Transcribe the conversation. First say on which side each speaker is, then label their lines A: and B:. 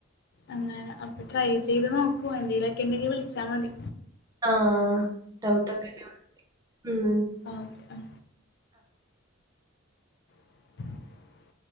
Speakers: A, on the left; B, on the right.
A: അങ്ങനെ അപ്പം ട്രൈ ചെയ്ത് നോക്കൂ എന്തേലൊക്കെണ്ടെങ്കിൽ വിള്ച്ചാ മതി.
B: ആഹ്‌ ഡൗട്ട് ഒക്കെ ണ്ടേ വിളിക് ഉം.
A: ആഹ്‌ ഓക്കെ അ <inaudible>